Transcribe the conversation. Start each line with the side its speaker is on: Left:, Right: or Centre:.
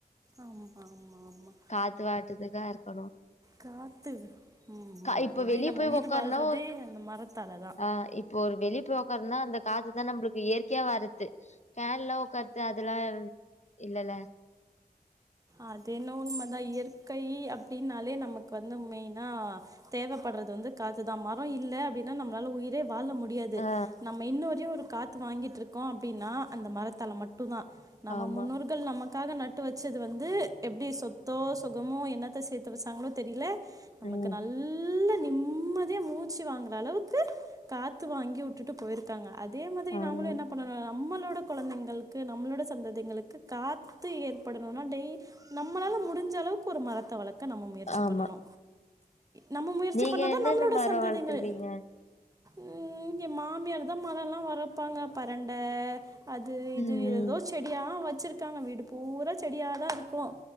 Right: ஆமா ஆமா ஆமா
Left: காத்து வாட்டுக்குதா இருக்கணு
Right: காத்து ம்
Left: கா
Right: ம்
Left: இப்ப
Right: எப்டி
Left: வெளிய
Right: நம்ம
Left: போய்
Right: உயிர்
Left: உக்காருனா
Right: வாழ்றதே அந்த மரத்தால தா
Left: ஆ இப்போ ஒரு வெளிய போய் ஒக்காற்னா அந்த காத்துதா நம்ளுக்கு இயற்கையா வர்ரத்து ஃபேன்லா உக்கார் து அதலா இல்லல்ல
Right: அது என்னோ உண்மதா இயற்கை அப்டின்னாலே நமக்கு வந்து மெய்னா தேவைப்பட்றது வந்து காத்துதா மரோ இல்ல அப்டினா நம்ளால உயிரே வாழ முட் முடியாது
Left: ஆ
Right: நம்ம இன்ன வரையு ஒரு காத்து வாங்கிட்ருக்கோ அப்டினா அந்த மரத்தால மட்டு தா நம்ம
Left: ஆமா
Right: முன்னோர் கள் நமக்காக நட்டு வச்சது வந்து எப்டி சொத்தோ சொகமோ என்னத்த சேத்து வச்சாங்ளோ தெரியில நமக்கு
Left: ம்
Right: நல்ல்ல நிம்மதியா மூச்சு வாங்க அளவுக்கு காத்து வாங்கி உட்டுட்டு போயிருக்காங்க அதே மாதிரி
Left: ஆமா
Right: நம்மளு என்ன பண்ணணு நம்மளோடக் கொழந்தைங்களுக்கு நம்மளோட சந்ததிங்களுக்கு காத்து ஏற்படணுனா டெய் நம்மளால முடிஞ்சளவுக்கு ஒரு மரத்த வளக் க்க நம்ம முயற்சி
Left: ஆமா
Right: பண்ணணு நம்ம முயற்சி
Left: நீங்க
Right: பண்ணாதா
Left: என்னென்ன
Right: நம்மளோட
Left: மரோ
Right: சந்ததிங்கள்
Left: வளத்துருக்கீங்க
Right: ம் ஏ மாமியார் ந்த மரல்லா வரப்பாங்க பெரண்ட அது இது
Left: ம் ம்
Right: ஏதோ செடியா வச்சிருக் க்காங்க வீடு பூரா செடியா தா இருக்கு